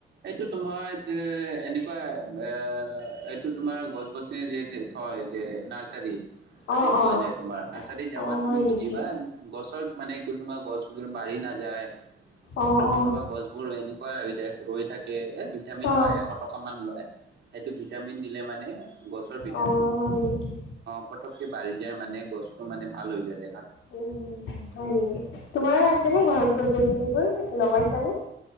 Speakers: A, on the right; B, on the left.
A: এইটো তোমাৰ এ এনেকুৱা এ এইটো তোমাৰ গছ গছনি যি থয়। সে নাৰ্চাৰি তাতে
B: অ'
A: পোৱা
B: অ'
A: যায় তোমাৰ নাৰ্চাৰীত যাবা
B: অ'
A: তুমি
B: হয়
A: বুজিবা
B: নেকি
A: গছৰ মানে কোনোবা গছ ক বাঢ়ি নাই যে
B: অ'
A: আৰু
B: অ'
A: কোনোবা গছ বোৰ এনেকুৱা ৰাইডা ৰৈ থাকে এ ভিটামিন
B: অ'
A: পায় এশ টকা মান লয় সেইটো ভিটামিন মানে গছ ভিতামিন
B: অ' হয় নেকি
A: পতকে বাহি যাই মানে গছটো মানে ভাল হৈ যায় দে
B: উ, হয় নেকি তোমাৰো আছে
A: উম
B: নে ঘৰত গছ গছনিবোৰ লগাইছানে